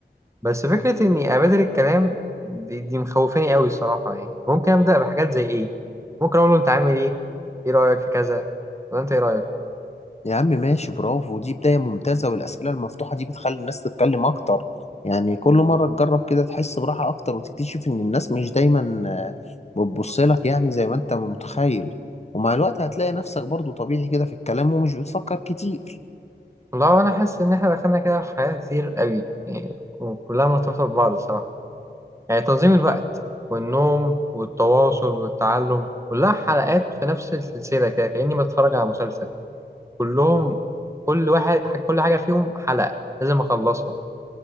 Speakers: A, on the right; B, on the left.
A: بس فكرة إني أبادر الكلام دي, دي مخوفاني قوي الصراحة يعني ممكن أبدأ بحاجات زي إيه؟ ممكن أقول له أنت عامل إيه؟ إيه رأيك في كذا؟ ولا أنت إيه رأيك؟
B: يا عم ماشي برافو دي بداية ممتازة والأسئلة المفتوحة دي بتخلي الناس تتكلم أكتر يعني كل مرة تجرب كده تحس براحة أكتر وتكتشف إن الناس مش دايما آه، بتبص لك يعني زي ما أنت متخيل ومع الوقت هتلاقي نفسك برضو طبيعي كده في الكلام ومش بتفكر كتير
A: والله أنا حاسس إن إحنا دخلنا كده في حاجات كتير قوي يعني كلها مرتبطة ببعض الصراحة يعني تنظيم الوقت والنوم والتواصل والتعلم كلها حلقات في نفس السلسلة كده كأني بتفرج على مسلسل كلهم كل واحد كل حاجة فيهم حلقة لازم أخلصها